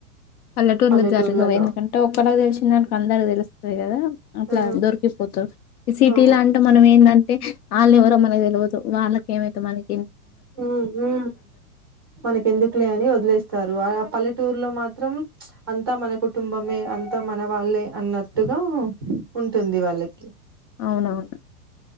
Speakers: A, on the left (about 75°); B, on the right (about 20°).
A: పల్లెటూరులో
B: పల్లెటూర్లలో.
A: జరగవు ఎందుకంటే ఒకళ్ళకి తెలిసిందనుకొ అందరకి తెలుస్తదికదా అట్లా
B: ఆ!
A: దొరికిపోతరు సిటీ
B: ఆ!
A: లా అంత మనం ఏంద అంటే ఆళ్ళెవరో మనకి తెలవదు వాళ్ళకెమైతే మనకి
B: హు హు మనకి ఎందుకులే అని వదిలేస్తారు ఆ పల్లెట టూర్ లో మాత్రం అంతా మన కుటుంబమే అంతా మన వాళ్ళే అన్నట్టుగా ఉంటు టుంది వాళ్ళకి
A: అవునవును